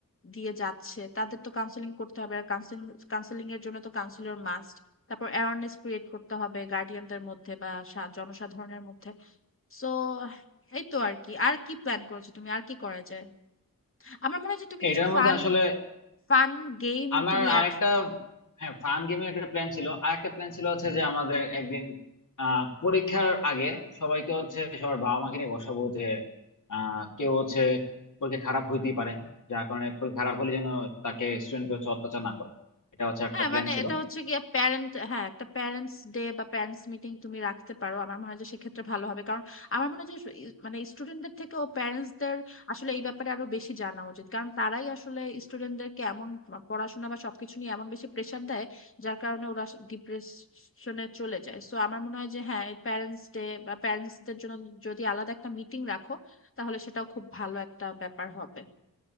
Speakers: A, on the left (about 40°); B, on the left (about 60°).
A: দিয়ে যাচ্ছে তাদের তো কাউন্সিলিং করতে হবে আর কাউন্সিলিং কাউন্সিলিং এর জন্য তো কাউন্সিলর মাস্ট তারপর অ্যাওয়ারনেস ক্রিয়েট করতে হবে গার্ডিয়ানদের মধ্যে বা সা- জনসাধারণের মধ্যে সো এই তো আর কি আর কি প্ল্যান করেছো তুমি আর কি করা যায় আমার মনে হয় যে তুমি কিছু
B: এটার
A: ফান
B: মধ্যে আসলে
A: ফান গেম
B: আমার
A: তুমি অ্যাড
B: আরেকটা হ্যাঁ ফান গেমের একটা প্ল্যান ছিল আরেকটা প্ল্যান ছিল হচ্ছে যে আমাদের একদিন আহ, পরীক্ষার আগে সবাইকে হচ্ছে সবার বাবা মাকে নিয়ে বসাবো যে আহ, কেউ হচ্ছে পরীক্ষা খারাপ হইতেই পারে যার কারণে পরীক্ষা খারাপ হলে যেন তাকে স্টুডেন্টকে হচ্ছে অত্যাচার না করে এটা হচ্ছে একটা
A: হ্যাঁ
B: প্ল্যান
A: মানে
B: ছিল
A: এটা হচ্ছে গিয়ে প্যারেন্ট হ্যাঁ একটা প্যারেন্টস ডে বা প্যারেন্টস মিটিং তুমি রাখতে পারো আমার মনে হয় যে সেক্ষেত্রে ভালো হবে কারণ আমার মনে হয় যে ই- মানে স্টুডেন্টদের থেকে ও প্যারেন্টসদের আসলে এই ব্যাপারে আরো বেশি জানা উচিত কারণ তারাই আসলে স্টুডেন্টদেরকে এমন প- পড়াশোনা বা সবকিছু নিয়ে এমন বেশি প্রেসার দেয় যার কারণে ওরা ডিপ্রেশনে চলে যায় সো আমার মনে হয় যে হ্যাঁ প্যারেন্টস ডে বা প্যারেন্টসদের জন্য যদি আলাদা একটা মিটিং রাখো তাহলে সেটাও খুব ভালো একটা ব্যাপার হবে